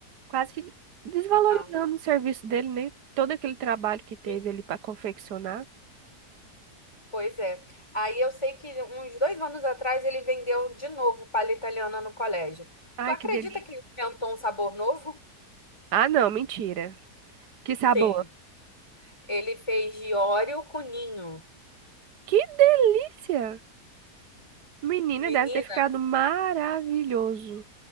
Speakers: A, on the right; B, on the left.
A: quase que desvalorizando
B: Não,
A: o serviço dele, né? Todo aquele trabalho que teve
B: sim,
A: ali pra confeccionar.
B: pois é. Aí eu sei que uns dois anos atrás ele vendeu de novo palha italiana no colégio.
A: Ai,
B: Tu acredita
A: que delícia.
B: que ele inventou um sabor novo?
A: Ah, não, mentira. Que sabor.
B: Sim. Ele fez de Oreo com Ninho.
A: Que delícia! Menina,
B: Menina,
A: deve ter ficado maravilhoso.